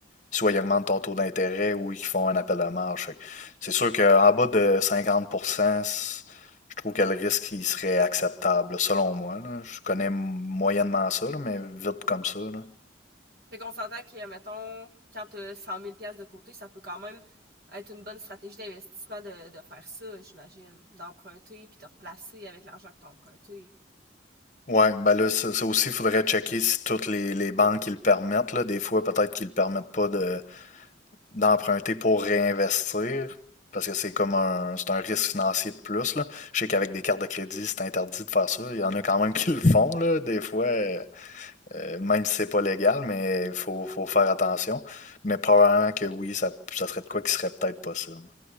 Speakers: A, on the left; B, on the right.
A: soit ils augmentent ton taux d'intérêt ou ils font un appel de marge. Fait que C'est sûr qu'en bas de 50%, c- je trouve que le risque il serait acceptable, là, selon moi. là. Je connais m- moyennement ça, là, mais vite comme ça. là.
B: Fait qu'on s'entend que, mettons, quand t'as 100 000 pièces de côté, ça peut quand même être une bonne stratégie d'investissement de, de faire ça, j'imagine. D'emprunter puis de replacer avec l'argent que t'as emprunté.
A: Ouais, ben là, ça, ça aussi, il faudrait checker si toutes les, les banques qui le permettent, là. Des fois, peut-être qu'ils ne le permettent pas de, d'emprunter pour réinvestir, parce que c'est comme un, c'est un risque financier de plus, là. Je sais qu'avec des cartes de crédit, c'est interdit de faire ça. Il y en a quand même qui le font, là, des fois. euh, Euh, même si c'est pas légal, mais il faut, faut faire attention. Mais probablement que oui, ça, ça serait de quoi qui serait peut-être possible.